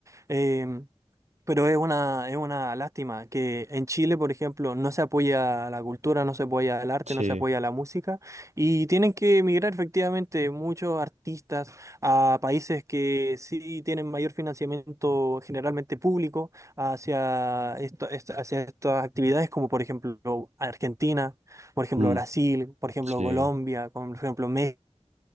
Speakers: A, on the right; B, on the right.
A: Em, pero es una, es una lástima que en Chile, por ejemplo, no se apoya la cultura, no se apoya el arte,
B: Sí,
A: no se apoya la música y tienen que emigrar efectivamente muchos artistas a países que sí tienen mayor financiamiento generalmente público hacia, esto, est- hacia estas actividades como por ejemplo Argentina, por ejemplo
B: mm,
A: Brasil, por ejemplo
B: sí.
A: Colombia, por ejemplo México.